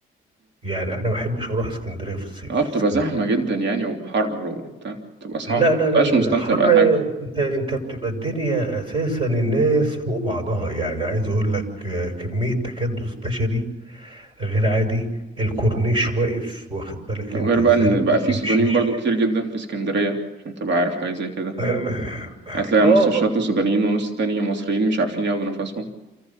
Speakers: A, on the right; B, on the right.
A: يعني انا ما بحبش اروح اسكندريه في الصيف
B: اه بتبقى
A: اسكندريه
B: زحمة جدا يعني وحر وبتاع بتبقى صعب
A: لا لا
B: مبقاش
A: لا لا
B: مستمتع
A: لا، حر
B: بأي حاجة
A: انت انت بتبقى الدنيا اساسا الناس فوق بعضها يعني عايز اقول لك آه، كميه تكدس بشري غير عادي الكورنيش واقف واخد بالك
B: وغير
A: انت ازاي
B: بقى إن بقى
A: ما
B: في
A: بيمشيش
B: سودانيين برضو كتير جدا في اسكندرية عشان تبقى عارف حاجة زي كده
A: <clears throat> <laughs>
B: هتلاقي
A: اه آه،
B: نص الشط سودانيين ونص التاني مصريين مش عارفين ياخدوا نفسهم